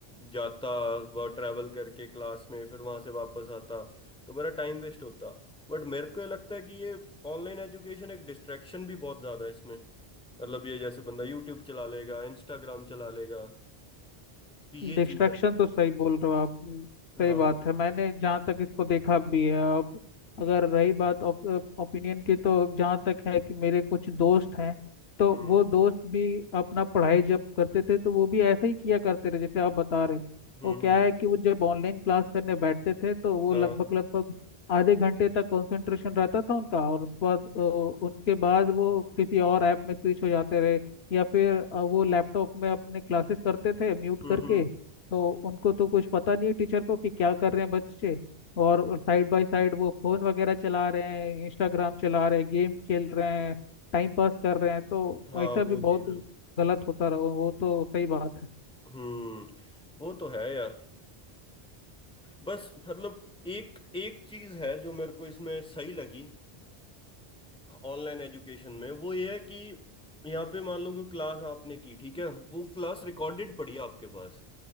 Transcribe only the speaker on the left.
डिस्ट्रैक्शन
तो सही बोल रहे हो आप
सही बात है मैंने जहाँ तक इसको देखा भी है अब अगर रही बात ओपिनियन की तो जहाँ तक है कि मेरे कुछ दोस्त हैं तो
वो दोस्त भी अपना पढ़ाई जब करते थे तो वो भी ऐसा ही किया करते रहे जैसे आप बता रहे हो
वो
क्या है कि वो जब ऑनलाइन क्लास करने बैठते थे तो वो
लगभग लगभग आधे घंटे तक कंसंट्रेशन रहता था उनका और उसके बाद अ, उसके बाद वो किसी और ऐप में स्विच हो जाते रहे या फिर अ, वो लैपटॉप में अपने क्लासेस करते थे म्यूट
करके
तो उनको तो कुछ पता नहीं है टीचर को कि क्या कर रहे हैं बच्चे और साइड बाय साइड वो फोन वगैरह चला रहे हैं इंस्टाग्राम चला रहे हैं गेम खेल रहे हैं टाइम पास कर रहे हैं तो
ऐसा
भी बहुत
गलत होता रहा वो तो सही बात है